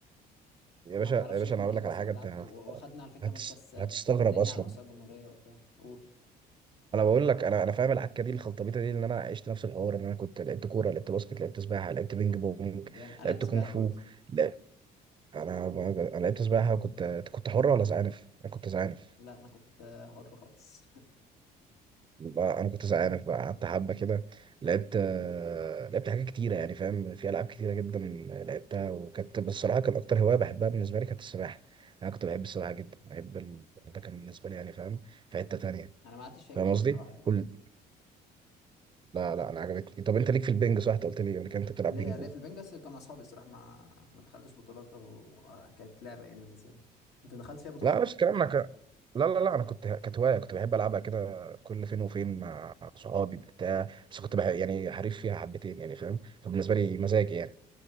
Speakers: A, on the right (about 30°); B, on the left (about 80°).
A: يا
B: ما
A: باشا
B: تعرفش
A: يا باشا
B: جت
A: انا
B: من
A: هقول
B: ايه
A: لك
B: بس
A: على حاجه
B: انا لعبت
A: انت هت-
B: و- واخدنا على فكره
A: هتس-
B: مركز آه،
A: هتستغرب
B: تاني
A: اصلا
B: على مستوى الجمهوريه وبتاع قول
A: انا بقول لك انا انا فاهم العكه دي الخلطبيطه دي ان انا عشت نفس الحوار ان انا كنت لعبت كوره لعبت باسكت لعبت سباحه لعبت بينج بونج
B: جامد انا لعبت
A: لعبت
B: سباحه
A: كونغ فو
B: برضه
A: لا انا انا لعبت سباحه وكنت كنت حر ولا زعانف انا كنت زعانف
B: لا انا كنت آه، حر خالص
A: بقى- انا كنت زعانف بقى قعدت حبه كده لعبت آه، لعبت حاجات كتيره يعني فاهم في العاب كتيره جدا لعبتها وكانت بس الصراحه كان اكتر هوايه بحبها بالنسبه لي كانت السباحه انا كنت بحب السباحه جدا بحب ال... ده كان بالنسبه لي يعني فاهم في حته تانيه
B: <laughs> انا ما قعدتش فيها كتير
A: فاهم قصدي
B: الصراحه يعني
A: كل لا لا انا عجبتني طب انت ليك في البنج صح انت قلت لي قبل كده انت بتلعب
B: ليه
A: بينج
B: ليه
A: بونج
B: في البنجاس كان مع اصحابي الصراحه ما ما دخلتش بطولات او كانت لعبه يعني بالنسبه لي انت دخلت فيها بطولات
A: لا نفس الكلام انا ك... لا لا لا انا كنت كانت هوايه كنت بحب العبها كده كل فين وفين مع صحابي بتاع بس كنت بح... يعني حريف فيها حبتين يعني فاهم فبالنسبه لي مزاجي يعني